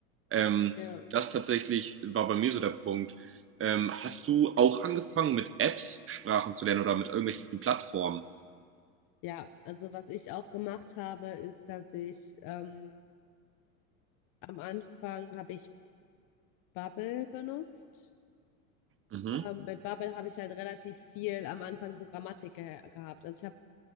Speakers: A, on the right; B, on the left.
A: Ähm,
B: Ja.
A: das tatsächlich war bei mir so der Punkt. Ähm, hast du auch angefangen mit Apps Sprachen zu lernen oder mit irgendwelchen Plattformen?
B: Ja, also was ich auch gemacht habe, ist, dass ich ähm, am Anfang habe ich Babbel benutzt.
A: Mhm.
B: Ähm, mit Babbel habe ich halt relativ viel am Anfang so Grammatik ge gehabt. Also ich habe